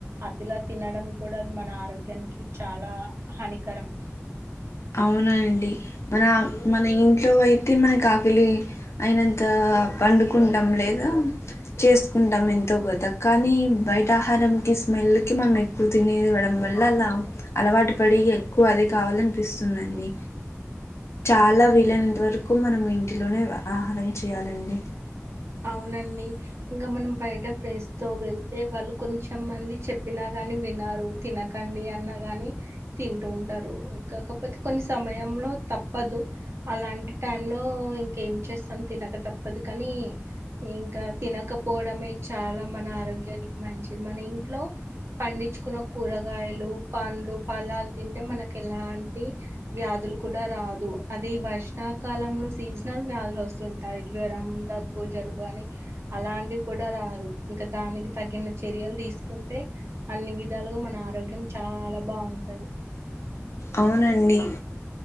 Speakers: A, on the right (about 60°); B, on the left (about 65°).
A: అతి లా తినడం కూడా అది మన ఆరోగ్యానికి చాలా హానికరం
B: అవునా అండి మన మన ఇంట్లో అయితే మనకు ఆకిలి అయినంత గా పండుకుంటాం లేదా చేసుకుంటాం ఎంతో కొత కానీ బయట ఆహారం స్మెల్ కి మనం ఎక్కువ తినేదివ్వడం వల్ల అలా అలవాటు పడి ఎక్కువ అదే కావాలన్పిస్ సుందన్ని చాలా వీలైనంత వరకు మనం ఇంటిలోనే ఆహారం చెయ్యాలండి
A: అవునండి ఇంగ మనం బయట ఫ్రెండ్స్ తో వెళ్తే వాళ్ళు కొంచెం మంది చెప్పినా కాని వినరు తినకండి అన్నాగాని తింటూ ఉంటారు కాకపోతే కొన్ని సమయం లో తప్పదు అలాంటి టైం లో ఇంకేం చేస్తాని తినక తప్పదు కానీ ఇంకా తినకపోవడమే చాలా మన ఆరోగ్యానికి మంచిది మన ఇంట్లో పండించుకున్న కూరగాయలు పండ్లు పలాాలు తింటే మనకి ఎలాంటి వ్యాధు లు కూడా రాదు అదే వర్షాకాలంలో సీజనల్ వ్యాధులు వస్తుంటాయి జ్వరం దగ్ గ్గు జలుబు అని అలాంటివి కూడా రాదు ఇంకా దానికి తగిన చర్యలు తీసుకుంటే అన్ని విధాలుగా మన ఆరోగ్యం చాలా బాగుంటంది
B: అవునండి